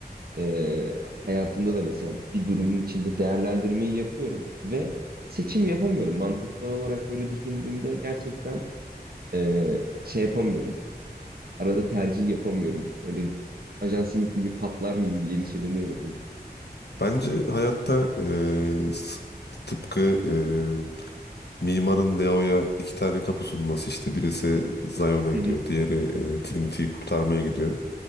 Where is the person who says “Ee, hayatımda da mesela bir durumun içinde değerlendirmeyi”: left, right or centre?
Right